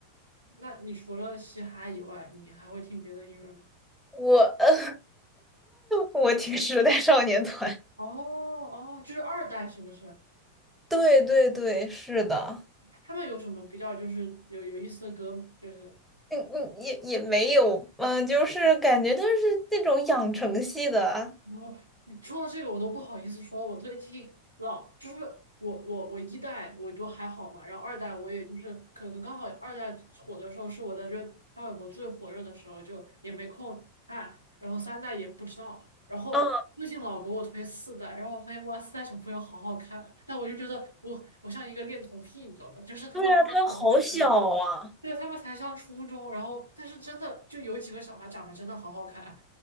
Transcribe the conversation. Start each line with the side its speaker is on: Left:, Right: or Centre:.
Right: 那你除了嘻哈以外，你还会听别的音乐吗？
Centre: 我，<laughs> 呃我挺时代少年团。
Right: 哦哦，就是二代是不是？
Centre: 对对对，是的，
Right: 他们有什么比较就是有有意思的歌吗？就是
Centre: 嗯嗯，也也没有，嗯、就是感觉他是那种养成系的啊，
Right: 我，你说到这个我都不好意思说，我最近老就是我我我一代我都还好嘛，然后二代我也就是可能刚好二代火的时候是我在追潘玮柏最火热的时候，就也没空看，然后三代也不知道，然后最近老给我推四代，
Centre: 啊
Right: 然后我发现哇四代小朋友好好看啊但我就觉得我我像一个恋童癖，你知道吧？就是他们真的好好笑啊。
Centre: 对啊，他好小啊，
Right: 对，他们才上初中，然后但是真的就有几个小孩长得真的好好看，